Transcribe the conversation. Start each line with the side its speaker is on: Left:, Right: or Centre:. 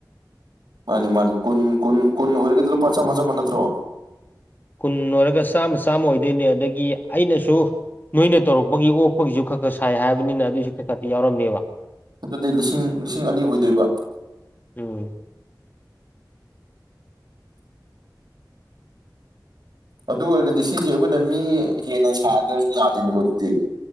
Right: ꯃꯥꯅꯦꯃꯥꯅꯦ ꯀꯟ ꯀꯟ ꯀꯨꯟ ꯑꯣꯏꯔꯒ ꯂꯨꯄꯥ ꯆꯥꯝ ꯃꯆꯥ ꯅꯠꯇ꯭ꯔꯣ
Left: ꯀꯨꯟ ꯂꯣꯏꯔꯒ ꯆꯥꯝꯃ ꯆꯥꯝꯃ ꯑꯣꯏꯗꯣꯏꯅꯦ ꯑꯗꯒꯤ ꯑꯩꯅꯁꯨ ꯅꯣꯏꯅ ꯇꯧꯔꯛꯄꯒꯤ ꯑꯣꯛꯄꯒꯤꯁꯨ ꯈꯔ ꯈꯔ ꯁꯥꯏ ꯍꯥꯏꯕꯅꯤꯅ ꯑꯗꯨꯏꯁꯨ ꯈꯩ ꯈꯗꯤ ꯌꯥꯎꯔꯝꯅꯦꯕ
Right: ꯑꯗꯨꯗꯤ ꯂꯤꯁꯤꯡ ꯂꯤꯁꯤꯡ ꯑꯅꯤ ꯑꯣꯏꯗꯣꯏꯕ
Left: ꯎꯝ
Right: ꯑꯗꯨ ꯑꯣꯏꯔꯒꯗꯤ ꯁꯤꯁꯦ ꯑꯩꯈꯣꯏꯅ ꯃꯤ ꯍꯦꯟꯅ ꯁꯥꯒꯦꯔꯁꯨꯨꯝ ꯌꯥꯗꯦꯅꯤꯀꯣ ꯑꯗꯨꯗꯤ